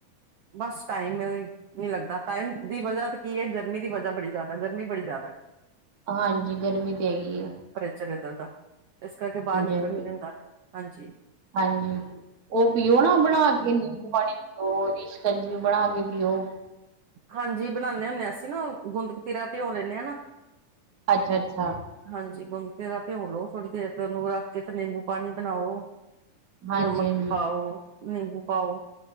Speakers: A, on the right; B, on the right.
A: ਬਸ ਟਾਈਮ ਮਿਲ ਨਹੀਂ ਲੱਗਦਾ, ਟਾਇਮ ਦੀ ਵਜਾ ਤੇ ਕੀ ਏ, ਗਰਮੀ ਦੀ ਵਜਾ ਬੜੀ ਜ਼ਿਆਦਾ ਏ ਗਰਮੀ ਬੜੀ ਜ਼ਿਆਦਾ ਏ
B: ਹਾਂਜੀ, ਗਰਮੀ ਤੇ ਹੈਗੀ ਏ।
A: <unintelligible> ਇਸ ਕਰਕੇ ਬਾਹਰ ਨਿਕਲ
B: ਹਾਂਜੀ
A: ਨੀ ਹੁੰਦਾ, ਹਾਂਜੀ।
B: ਹਾਂਜੀ। ਉਹ ਪੀਓ ਨਾ ਬਣਾ ਕੇ ਨਿੰਬੂ ਪਾਨੀ ਪੀਓ, ਉਦੀ ਸ਼ਕੰਜੀਵੀ ਬਣਾ ਕੇ ਪੀਓ।
A: ਹਾਂਜੀ ਬਣਾਨੇ ਹੁੰਨੇ ਆ, ਅਸੀਂ ਨਾ ਗੂੰਦ ਕਤੀਰਾ ਭਿਓ ਲੇਨੇ ਆ ਨਾ
B: ਅੱਛਾ- ਅੱਛਾ।
A: ਹਾਂਜੀ ਗੂੰਦ ਕਤੀਰਾ ਭਿਓ ਲੋ ਥੋੜ੍ਹੀ ਦੇਰ ਫੇਰ ਉਹਨੂੰ ਰੱਖ ਕੇ ਫੇਰ ਨਿੰਬੂ ਪਾਨੀ ਬਣਾਓ
B: ਹਾਂਜੀ
A: ਨਮਕ
B: ਹਾਂਜੀ
A: ਪਾਓ, ਨਿੰਬੂ ਪਾਓ,